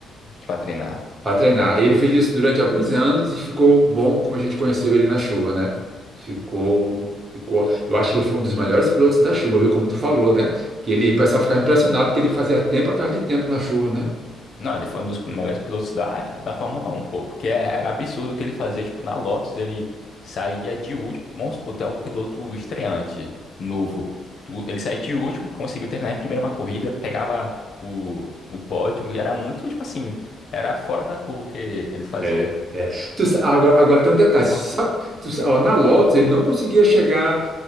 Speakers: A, on the left; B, on the right.
A: pra treinar.
B: para treinar. E Ele fez isso durante alguns anos e ficou bom como a gente conheceu ele na chuva, né? Ficou, ficou. Eu acho que ele foi um dos melhores pilotos da chuva, viu? Como tu falou, né? Que ele, o pessoal ficava impressionado que ele fazia tempo atrás de tempo na chuva, né?
A: Não, ele foi um dos melhores pilotos da, da Fórmula um pô, porque é- era absurdo o que ele fazia, tipo, na Lotus ele saía de último, vamos supor, tu é um piloto estreante, novo, Tu- ele saía de último, conseguiu terminar em primeira uma corrida, pegava o, o pódio e era muito, tipo assim, era fora da curva o que ele fazia.
B: É, é. Tu sa- agora, agora tem um detalhe. Sabe,
A: Porque
B: tu sa- ó, na Lotus ele não conseguia chegar,